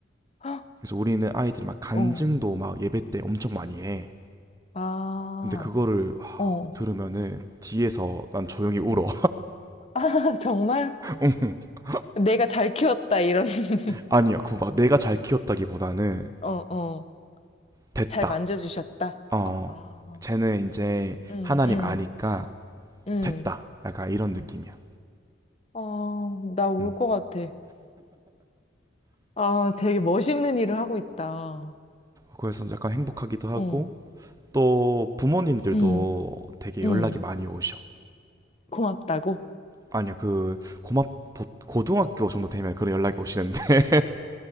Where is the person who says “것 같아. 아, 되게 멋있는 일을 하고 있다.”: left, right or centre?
Left